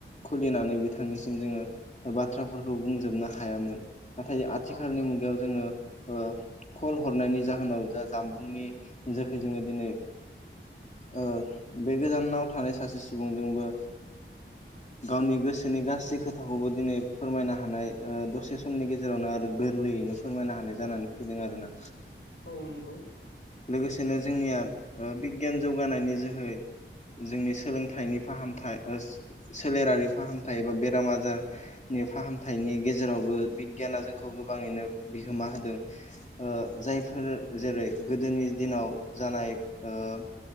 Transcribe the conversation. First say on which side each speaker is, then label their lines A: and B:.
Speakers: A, on the left; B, on the left.
A: खुलिनानै बिथांनिसिम जोङो बाथ्राफोरखौ बुंजोबनो हायामोन नाथाय आथिखालनि
B: औ
A: मुगायाव जोङो ओ खल हरनायनि जाहोनाव जा जामबुंनि जोहै जोङो दिनै ओ बे गोजानाव थानाय सासे सुबुंजोंबो गावनि गोसोनि गासै खोथाखौबो दिनै फोरमायनो हानाय ओ दसे समनि गेजेरावनो आरो गोरलै यैनो फोरमायनो हानाय जानानै फैदों आरो ना
B: औ नंगौ
A: लोगोसेनो जोंनिया ओ बिगियान जौगानायनि जोहै जोंनि सोलोंथाइनि फाहामथाय ओ सोलेरारि फाहामथाय एबा बेराम आजारनि फाहामथायनि गेजेरावबो बिगियान ना जोंखौ गोबाङैनो बिहोमा होदों ओ जायफोर जेरै गोदोनि दिनाव जानाय ओ